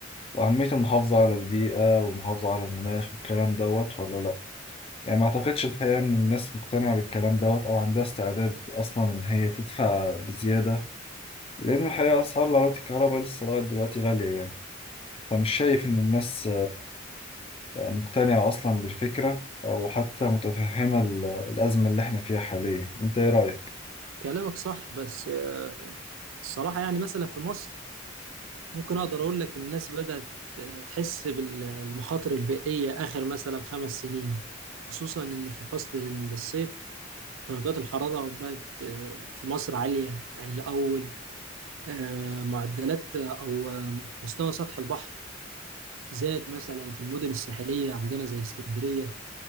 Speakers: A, on the left; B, on the right.
A: وأهمية المحافظة على البيئة والمحافظة على المناخ والكلام دوت ولا لأ؟ يعني ما اعتقدش الحقيقة ان الناس مقتنعة بالكلام دوت او عندها استعداد اصلا ان هي تدفع بزيادة لان الحقيقة اسعار العربيات الكهرباء لسه لغاية دلوقتي غالية يعني فمش شايف ان الناس آه، مقتنعة اصلا بالفكرة او حتى متفهمة ال- الازمة اللي احنا فيها حاليا انت ايه رأيك؟
B: كلامك صح بس آه، الصراحه يعني مثلا في مصر ممكن اقدر اقول لك الناس بدات تحس بالمخاطر البيئيه اخر مثلا خمس سنين خصوصا ان في فصل الصيف درجات الحرارة بقت آه، في مصر عالية عن الأول آه، معدلات آه، أو آه، مستوى سطح البحر زاد مثلا في المدن الساحلية عندنا زي اسكندرية